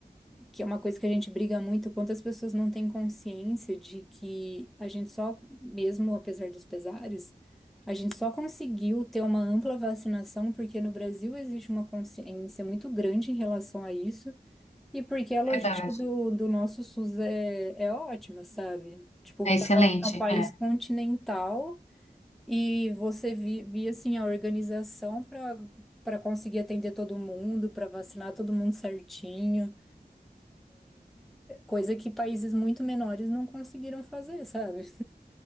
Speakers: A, in the centre; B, on the left (about 45°).
A: que é uma coisa que a gente briga muito, quantas pessoas não têm consciência de que a gente só, mesmo apesar dos pesares, a gente só conseguiu ter uma ampla vacinação porque no Brasil existe uma consciência muito grande em relação a isso e porque a logística
B: Verdade.
A: do, do nosso SUS é, é ótima, sabe? Tipo,
B: É
A: tá,
B: excelente.
A: é um é um país
B: É.
A: continental. E você vi- via assim a organização para para conseguir atender todo mundo, para vacinar todo mundo certinho, coisa que países muito menores não conseguiram fazer, sabe?